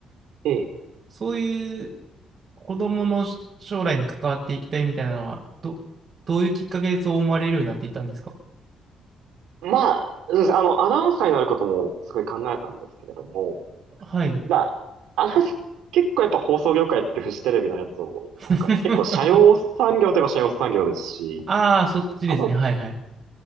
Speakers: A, on the right (about 85°); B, on the right (about 45°).
A: ええ
B: そういう子供の将来に関わっていきたいみたいなのは、ど、どういうきっかけでそう思われるようになっていったんですか
A: まあ、そうです。あの、アナウンサーになることもすごい考えたんですけれども、
B: はい。
A: まあ、あの、結構やっぱ放送業界ってフジテレビのやつを見てもわかる。
B: <laughs>
A: 結構社用産業といえば社用産業ですし、
B: ああ、そっちですね。
A: あの、
B: はいはい。